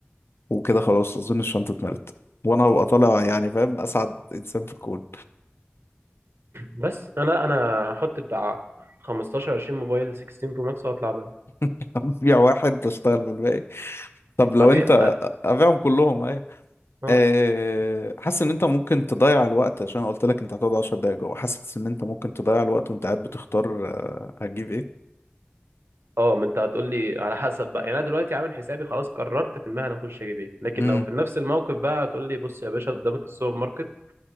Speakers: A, on the left (about 80°); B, on the right (about 80°).
A: وكده خلاص أظن الشنطة اتملت وأنا هبقى طالع يعني فاهم أسعد إنسان في الكون
B: بس انا انا هحط بتاع 15 20 موبايل 16 برو ماكس واطلع بيهم
A: <laughs> أبيع واحد بشتغل بالباقي طب لو
B: هبيع
A: أنت أبيعهم كلهم أيوة
B: اه
A: آه، حاسس إن أنت ممكن تضيع الوقت عشان أنا قلت لك أنت هتقعد 10 دقايق جوه حاسس إن أنت ممكن تضيع الوقت وأنت قاعد بتختار آه، هتجيب إيه؟
B: اه ما انت هتقول لي على حسب بقى يعني انا دلوقتي عامل حسابي خلاص قررت في المهنه اخش اجيب ايه لكن
A: امم
B: لو في نفس الموقف بقى هتقول لي بص يا باشا قدامك السوبر ماركت